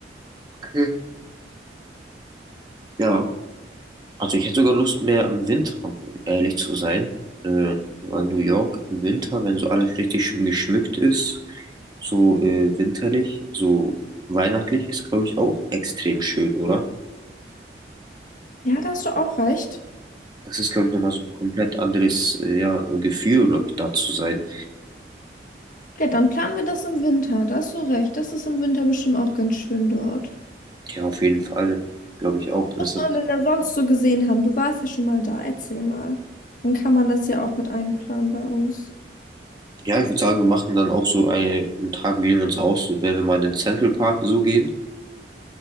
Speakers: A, on the right (about 25°); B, on the left (about 45°).
A: Okay. Ja. Also ich hätte sogar Lust mehr im Winter, um ehrlich zu sein. Äh, weil New York im Winter, wenn so alles richtig schön geschmückt ist, so äh, winterlich, so weihnachtlich, ist, glaube ich, auch extrem schön, oder?
B: Ja, da hast du auch recht.
A: Das ist, glaube ich, nochmal so ein komplett anderes äh, ja, Gefühl, glaube ich, da zu sein.
B: Ja, dann planen wir das im Winter. Da hast du recht. Das ist im Winter bestimmt auch ganz schön dort.
A: Ja, auf jeden Fall, glaube ich auch. dann
B: Was
A: ist
B: man
A: das
B: denn da sonst so gesehen haben? Du warst ja schon mal da. Erzähl mal. Dann kann man das ja auch mit einplanen bei uns.
A: Ja, ich würde sagen, wir machen dann auch so eine, einen Tag, wählen wir uns aus, wenn wir mal in den Central Park so gehen.